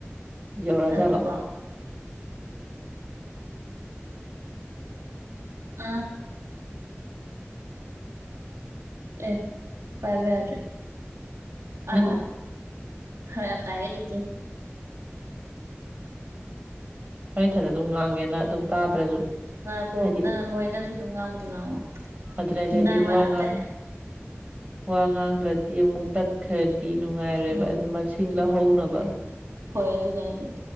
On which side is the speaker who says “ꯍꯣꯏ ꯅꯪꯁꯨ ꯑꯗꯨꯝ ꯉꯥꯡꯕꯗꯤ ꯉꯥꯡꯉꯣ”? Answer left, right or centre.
Right